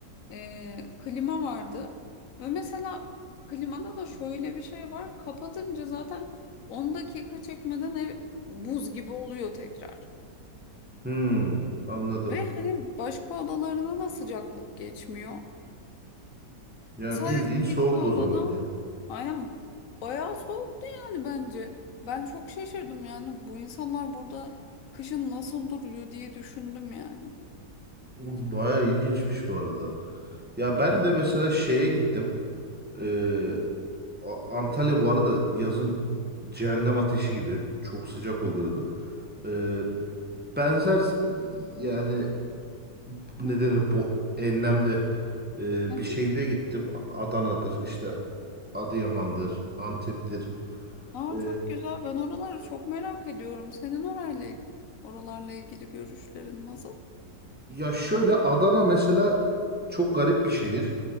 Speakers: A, on the left (about 60°); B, in the centre.
A: e, klima vardı. Ve mesela klimada da şöyle bir şey var. Kapatınca zaten 10 dakika çekmeden ev buz gibi oluyor tekrar.
B: Hmm, anladım.
A: Ve hani başka odalarına da sıcaklık geçmiyor.
B: Yani
A: Sadece
B: bildiğin soğuk
A: tek bir odada
B: o zaman ya.
A: aynen bayağı soğuktu yani bence. Ben çok şaşırdım yani bu insanlar burada kışın nasıl duruyor diye düşündüm yani.
B: Bayağı ilginçmiş bu arada. Ya ben
A: Ya.
B: de mesela şeye gittim. Ee, A- Antalya bu arada yazın cehennem ateşi gibi çok sıcak oluyordu.
A: Hı hı,
B: Ee, benzer s- yani ne
A: hı hı,
B: denir bu enlemde e,
A: hı hı.
B: bir şehre gittim. Adana'dır işte Adıyaman'dır, Antep'tir.
A: Aa,
B: Ee,
A: çok güzel. Ben oraları çok merak ediyorum. Senin orayla, il- oralarla ilgili görüşlerin nasıl?
B: ya şöyle Adana mesela çok garip bir şehir.